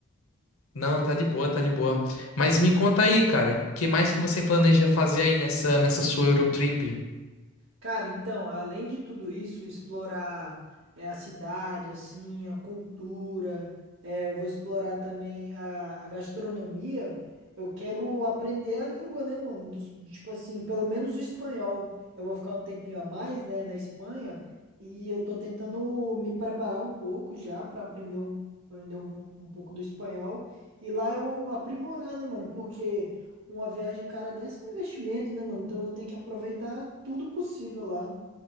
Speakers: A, on the left; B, on the right.
A: Não, tá de boa, tá de boa. Mas
B: Hum.
A: me conta aí, cara, o que mais que você planeja fazer aí nessa nessa sua Eurotrip?
B: Cara, então, além de tudo isso, explorar é, a cidade, assim, a cultura, é, eu vou explorar também a, a gastronomia. Eu quero aprender a língua, né, mano? Dos- tipo assim, pelo menos o espanhol. Eu vou ficar um tempinho a mais, né, na Espanha, e eu tô tentando me preparar um pouco já para aprender um, aprender um, um pouco do espanhol. E lá eu aprimorar, né, mano? Porque. Uma viagem cara dessa é um investimento, né, mano? Então eu tenho que aproveitar tudo possível lá.